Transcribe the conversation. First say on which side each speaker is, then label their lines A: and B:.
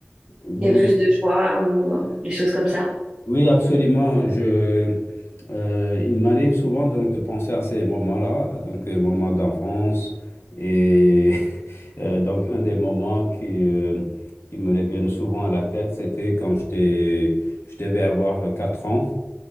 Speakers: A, on the left; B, on the right.
A: Oui,
B: il y avait plus de choix ou euh, des choses comme ça.
A: oui, absolument. Je, euh, il m'arrive souvent donc de penser à ces moments-là, donc euh, moments d'enfance et <laughs> euh, donc un des moments qui, euh, qui me reviennent souvent à la tête, c'était quand j'étais, je devais avoir euh, 4 ans.